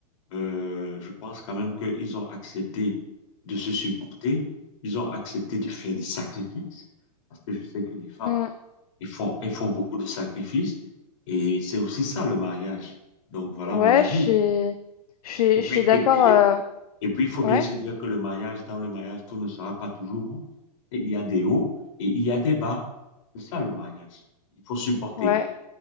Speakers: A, on the left; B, on the left.
A: Euh, je pense quand même qu'ils ont accepté de se supporter, ils ont accepté de faire des sacrifices, parce que je sais que les femmes,
B: mm.
A: elles font, elles font beaucoup de sacrifices, et c'est aussi ça le mariage. Donc voilà
B: Ouais,
A: mon avis.
B: je suis, je suis,
A: Et puis,
B: je suis d'accord.
A: et puis,
B: euh,
A: et, et puis, il faut bien
B: Ouais,
A: se dire que le mariage, dans le mariage, tout ne sera pas toujours rose. Et il y a des hauts et il y a des bas. C'est ça le mariage. Il faut supporter.
B: ouais.